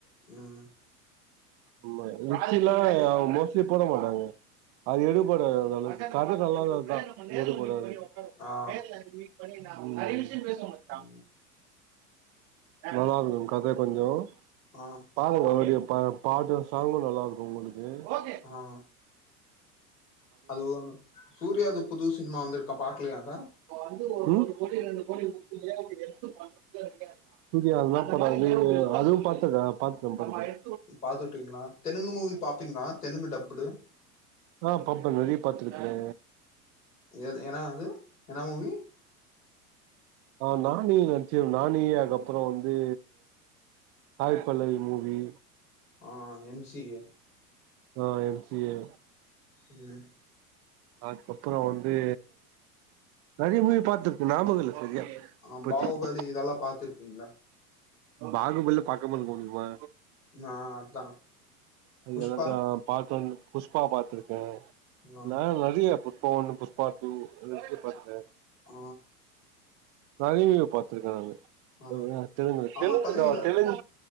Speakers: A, on the left (about 85°); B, on the right (about 35°).
A: ம்
B: ம்மா ரிச்சில்லா அவங்க மோஸ்லி போட மாட்டாங்க அது எடுபடாது அந்தலுக்கு கத நல்லாருந்தா எடுபடது
A: ஆ
B: நேர்ல அது மீட்பண்ணி நா <unintelligible> த்து பேசவே மச்சா
A: ஆ
B: நல்லாருக்கு கத கொஞ்சோ <unintelligible>
A: ஆ
B: ப பாட்டு சாங்கு நல்லாருக்கு உங்களு க்கு
A: ஆ அது ஒன்னு சூர்யாது புது சினிமா வந்துருக்கா பாக்லயாங்க
B: ம் பொண்ணுக்கு ரெண்டு கோழிய குடுத்துட்டு ஏங்குர சூர்யா என்னாப் படொ அது அதுவு பாத்துருக்கே பாத்துட்டே <unintelligible>
A: பாத்துட்டீங்ளா தெலுங்கு மூவி பாப்பீங்ளா தெலுங்கு டப்புடு
B: ஆ பாப்பே நெறைய பாத்துருக்கே
A: எ எனா அது என்ன மூவி
B: ஆ நானி நட்ச்ச நானி அதுக்கப்றோ வந்து சாய் பல்லவி மூவி
A: ஆ எம் சி ஏ
B: ஆ எம் சி ஏ
A: ம்
B: அக்கப்புறோ வந்து நெறைய மூவி பாத்திருக்கு ஞாபகொ இல்ல சரியா
A: ஆ
B: இப்போதைக்கு
A: பாகுபலி இதெல்லா பாத்துருக் கீங்ளா
B: பாகுபலில பாக்காம இருக்க முடிமா
A: நா அதா
B: அது
A: புஷ்பா
B: <unintelligible> புஷ்பா பாத்திருக்கே
A: ஆ
B: ல நறைய பு ஷ்பா ஒன்னு புஷ்பா டூ எல்லாத்தையு பாத்துட்டே
A: ஆ
B: நறைய பாத்திருக்கே நானு <unintelligible>
A: ஆ
B: தெலுங்கு தெலுங்குல
A: ஆமா தமிழ்ல
B: தெலுங்